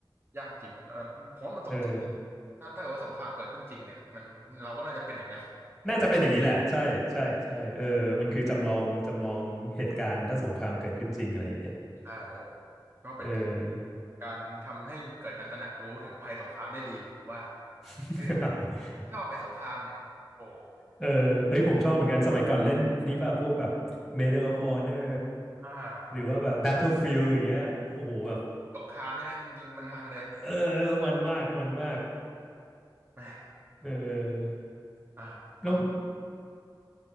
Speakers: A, on the right (about 30°); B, in the centre.
A: ยากจริงนะเออผมว่ามันสมจริง
B: เออ
A: ถ้าถ้าเกิดว่าสงครามเกิดขึ้นจริงเนี่ยมันเราก็น่าจะเป็นอย่างนั้น
B: น่าจะเป็นอย่างนี้แหละใช่ใช่ใช่เออมันคือจำลองจำลองเหตุการณ์ถ้าสงครามเกิดขึ้นจริงอะไรอย่างเงี้ย
A: ใช่ก็เป็นการ
B: เออ
A: การทำให้เกิดการตระหนักรู้ถึงภัยสงครามได้ดีผมว่า
B: <laughs>
A: เออชอบไปสงครามเนี่ยโอ้โห
B: เออเอ้ยผมชอบเหมือนกันสมัยก่อนเล่นอันนี้ป่ะพวกแบบ Medal of Honor
A: อ่า
B: หรือว่าแบบ Battlefield อย่างเงี้ยโอ้โหแบบ
A: สงครามใช่ไหมจริงๆมันมันเลย
B: เออมันมากมันมาก
A: แหม่
B: เออ
A: อ่าครับ
B: แล้ว